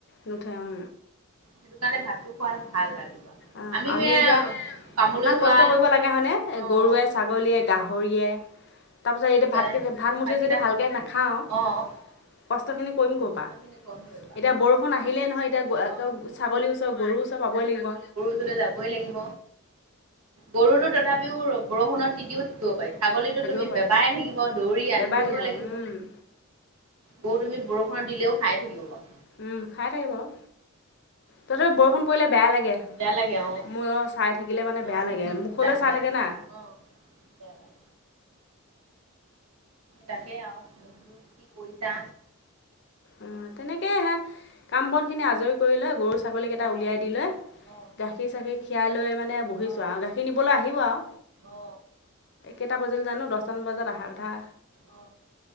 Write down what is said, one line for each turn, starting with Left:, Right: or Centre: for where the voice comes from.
Left: নুথে অ'।
Right: সেইটো কাৰণে ভাতটো খোৱা ভাল ৰাতিপুৱা।
Left: অ'
Right: আমিও
Left: আমি
Right: এ
Left: এতিয়া
Right: কামলৈ
Left: ইমান
Right: যোৱা
Left: কষ্ট কৰিব লাগে হয় নে
Right: অ'
Left: গৰুৱে
Right: অ'
Left: ছাগলীয়ে,
Right: উম
Left: গাহৰিয়ে। তাৰপিছত
Right: সেইকাৰণে
Left: এই ভাতকেতা ভাত মুঠি
Right: ভাতকেইটা
Left: যদি ভালকৈ নাখাওঁ
Right: অ'
Left: কষ্টখিনি কৰিম ক'ৰপৰা
Right: গছৰ খিনি কম কৰিবা
Left: এতিয়া বৰষুণ আহিলে নহয়, এতিয়া
Right: অ
Left: ছাগলীৰ ওচৰ গৰু ওচৰ পাবই লাগিব।
Right: ওচৰত যাবই লাগিব, গৰুটো তথাপিও বৰষুণত তিতিও থাকিব পাৰি, ছাগলীতো
Left: থাকিব
Right: তুমি
Left: পাৰে
Right: বেবাই থাকিব দৌৰি
Left: বেবাই
Right: আনিবগৈ
Left: থাকিব
Right: লাগিব। গৰু তুমি বৰষুণত দিলেও খাই থাকিব বাৰু।
Left: উম খাই থাকে বাৰু, তথাপিও বৰষুণ পৰিলে বেয়া লাগে।
Right: বেয়া লাগে আৰু
Left: মোৰো অ' চাই থাকিলে মানে
Right: অ
Left: বেয়া লাগে, মুখলৈ
Right: বেয়া
Left: চাই থাকে
Right: লাগে
Left: না।
Right: অ বেয়া লাগে। তাকে আৰু, মই বোলো কি কৰিছা?
Left: অ' তেনেকেই হেয়া, কাম বন খিনি আজৰি কৰি লৈ গৰু ছাগলী কেইটা
Right: অ
Left: উলায়াই দি লৈ,
Right: অ
Left: গাখীৰ চাখীৰ খিৰাই লৈ মা নে বহিছো
Right: অ অ
Left: আৰু, গাখীৰ নিবলৈ আহিব আৰু,
Right: অ
Left: কেইটা বাজিল জানো দহ দহটামান বজাৰ আহাৰ কথা।
Right: অ